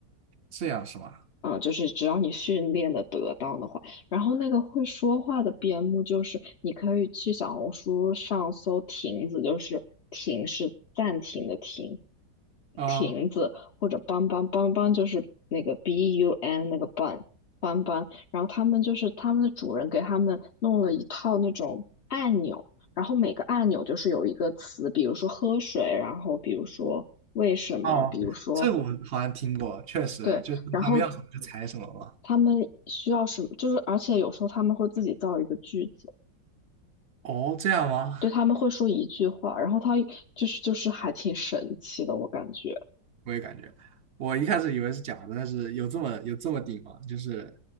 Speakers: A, on the right (about 45°); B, on the left (about 65°).
A: 这样是吗？
B: 啊，就是只要你训练的得当的话，然后那个会说话的边牧，就是你可以去小红书上搜“亭子”，就是“亭是暂停的“停”，
A: 啊，
B: 亭子或者邦邦邦邦就是那个 B U N 那个班邦邦，然后他们就是他们的主人给他们弄了一套那种按钮，然后每个按钮就是有一个词，比如说喝水，然后比如说为什么，
A: 哦，
B: 比如说
A: 这我好像听过，确实就是他们要什么就采什么嘛。
B: 对，然后他们需要什么？就是而且有时候他们会自己造一个句子，
A: 哦，这样吗？
B: 对，他们会说一句话，然后他就是就是还挺神奇的，我感觉，
A: 我也感觉，我一开始以为是假的，但是有这么有这么顶吗？就是